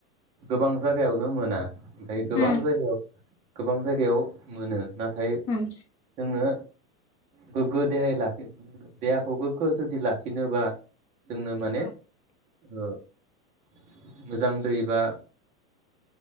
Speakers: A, on the right; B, on the left.
A: गोबां जायगायावनो मोना। गोबां
B: उम
A: जायगायाव गोबां जायगायाव मोनो। नाथाय
B: उम
A: जोंनो गोग्गो देहायै लाखि देहाखौ गोग्गो जुदि लाखिनोबा जोंनो माने
B: औ
A: मोजां दै बा